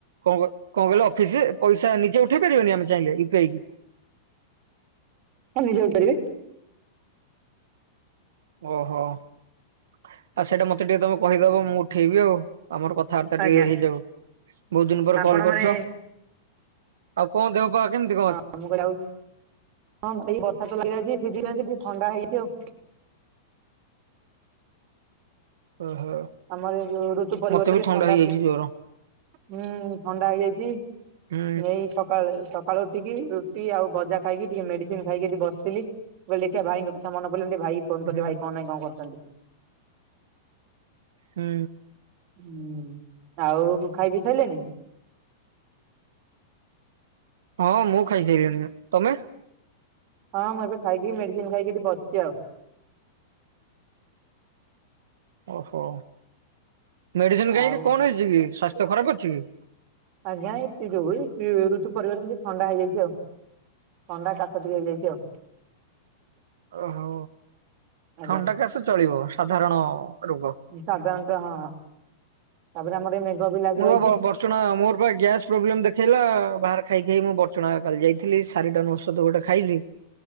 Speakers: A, on the right; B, on the right.
A: କଣ କଣ କିହିଲେ ଅଫିସି ପଇସା ନିଜେ ଉଠେଇ ପାରିବାନି ଆମେ ଚାହିଁଲେ ୟୁ ପିଆଇ କି?
B: ହଁ ନିଜେ ହୋଇ ପାରିବେ।
A: ଓହୋ ଆଉ ସେଇଟା ମତେ ଟିକେ ତମେ କହିଦବ ମୁଁ ଉଠେଇବି ଆଉ। ଆମର କଥାବାର୍ତା
B: ଆଜ୍ଞା
A: ଟିକେ ହେଇଯାଉ ବହୁତ ଦିନ ପରେ
B: ଆପଣ
A: କଲ
B: ମାନେ
A: କରୁଛ। ଆଉ କଣ ଦେହ ପାହା କେମିତି?
B: ହଁ ମୁଁ କହିଲି ଆଉ ହଁ ଭାଇ ବର୍ଷା ତ ଲାଗି ରହିଛି ଭିଜିଯାଇକି ଥଣ୍ଡା ହେଇଛି ଆଉ।
A: ଓହୋ
B: ଆମର ଏ ଯୋଉ ଋତୁ ପରିବର୍ତ୍ତନ
A: ମତେ ବି
B: ଥଣ୍ଡା
A: ହେଇଯାଇଛି ଜୋର
B: ହୁଁ ଥଣ୍ଡା ହେଇଯାଇଛି
A: ହୁଁ
B: ହେଇ ସକାଳେ ସକାଳୁ ଉଠିକି ରୁଟି ଆଉ ଭଜା ଖାଇକି ଟିକେ ମେଡିସିନ୍ ଖାଇକି ଏଠି ବସିଥିଲି। ମୁ କହିଲି ଦେଖିଆ ଭାଇଙ୍କ କଥା ମନେ ପଡିଲାଣି ଟିକେ ଭାଇ ଫୋନ କରି
A: ହୁଁ
B: ଦିଏ ଭାଇ କଣ ନାଇଁ କଣ କରଛନ୍ତି?
A: ହୁଁ
B: ହୁଁ ଆଉ କନ୍ ଖାଇ ପି ସାରିଲଣି
A: ହଁ ମୁଁ ଖାଇସାଇଲିନି ତମେ
B: ହଁ ମୁଁ ଏବେ ଖାଇକି ମେଡିସିନ ଖାଇକି ଏଠି ବସିଛି ଆଉ
A: ଓହୋ ମେଡିସିନ କାହିଁକି
B: ଆଉ
A: କଣ ହେଇ କି ସ୍ୱାସ୍ଥ୍ୟ ଖରାପ ଅଛି କି
B: ଆଜ୍ଞା ଏତେ ଯୋଉୁଇ ଋତୁ ପରିବର୍ତ୍ତନ କୁ ଥଣ୍ଡା ହେଇଯାଇଛି ଆଉ ଥଣ୍ଡା କାଶ ଟିକେ ହେଇଯାଇଛି ଆଉ
A: ଓହୋ
B: ଆଜ୍ଞା।
A: ଥଣ୍ଡା କାଶ ଚଳିବ ସାଧାରଣ ରୋଗ।
B: ସାଧାରଣତଃ ହଁ ତାପରେ ଆମର ଏ ବି ଲାଗି
A: ମୁଁ
B: ରହିଛି
A: ବା ବର୍ଚଣା ମୋର ଗ୍ୟାସ୍ ପ୍ରୋବ୍ଲେମ ଦେଖେଇଲା ବାହହାର ଖାଇ ଖାଇ ମୁଁ ବର୍ଚ୍ଚଣା କାଲି ଯାଇଥିଲି ଥିଲ ସାରି ଟନ ଔଷଧ ଗୋଟେ ଖାଇଲି